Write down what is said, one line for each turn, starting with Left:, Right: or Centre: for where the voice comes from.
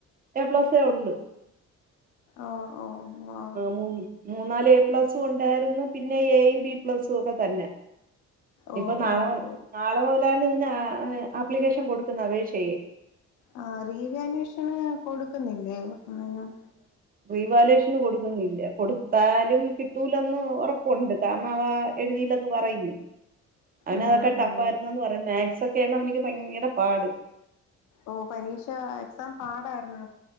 Right: എ പ്ലസ് ഒള്ള്
Left: ഓ ഓ ആ
Right: മൂ മൂന്നാല് എ പ്ലസും ഒണ്ടായിരുന്നു പിന്നെ എയും ബി പ്ലസും ഒക്കെ തന്നെ
Left: ഓ
Right: ഇപ്പൊ നാളെ
Left: ഓ ഓ
Right: നാളെ <unintelligible> ആപ്ലിക്കേഷൻ കൊടുക്കുന്ന അപേക്ഷയേ
Left: ആ റീവാല്യുവേഷന് കൊടുക്കുന്നില്ലേ ഒന്നിനും
Right: റീവാല്യുവേഷന് കൊടുക്കുന്നില്ല കൊടുത്താലും കിട്ടൂലാന്ന് ഒറപ്പൊണ്ട് കാരണം അവ എഴുതീല്ലെന്ന് പറയും അവന്
Left: ഉം
Right: അതൊക്കെ ടഫ്
Left: ഉം
Right: ആയിരുന്നെന്ന് പറയാ മാക്സ് ക്കെയാണ് അവനിക്ക് ഭയങ്കര പാട്
Left: ഓ പരീക്ഷ എക്സാം പാടായിരുന്നോ